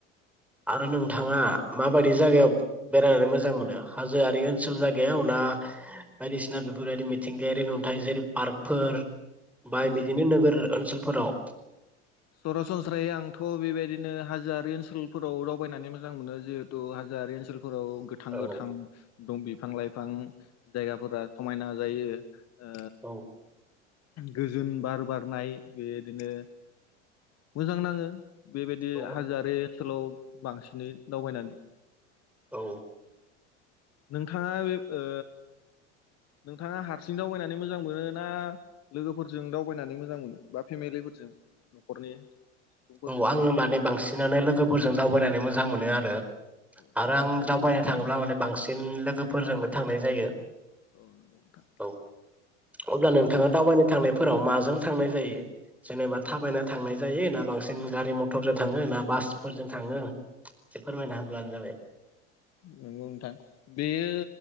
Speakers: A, in the centre; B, on the left.
A: आरो नोंथाङा माबायदि जायगायाव बेरायनानै मोजां मोनो हाजोआरि ओनसोल जायगाया उना बायदिसिना बेफोरबायदि मिथिंगायारि नुथाय जेरै पार्कफोर बाय
B: औ
A: बिदिनि नोगोर ओनसोलफोराव
B: सरासनस्रायै आंथ' बेबायदिनो हाजोआरारि ओनसोलफोराव दावबायनानै मोजां मोनो जिहेतु हाजोआरि ओनसोल फोराव गोथां
A: औ
B: गोथां दं बिफां लाइफां। जायगाफोरा समायना जायो। ओ
A: औ
B: गोजोन बार बारनाय बेदिनो मोजां नाङो। बेबायदि
A: औ
B: हाजोआरि ओनसोलाव बांसिनै दावबायनानै
A: औ
B: नोंथाङा बे ओ नोंथाङा हारसिं दावबायनानै मोजां मोनो ना लोगोफोरजों दावबायनानै मोजां मोनो बा फेमिलिफोरजों न'खरनि सुबुंफोरजों
A: औ आङो माने बांसिनानो लोगोफोरजों दावबायनानै मो जां मोनो आरो।
B: औ
A: आरो
B: नंगौ
A: आं
B: नोंथां
A: दावबायनो थाङोब्ला माने बांसिन बांसिन लोगोफोरजोंबो थांनाय जायो।
B: औ नंगौ नोंथां
A: औ अब्ला नोंथाङा दावबायनो थांनाय फोराव माजों थांनाय जायो जेनेबा थाबायना थांनाय जायो ना बांसिन गारि - मथरजों थाङो ना बासफोरजों थाङो एसे फोरमायना होब्लानो जाबाय
B: नंगौ नोंथां बेयो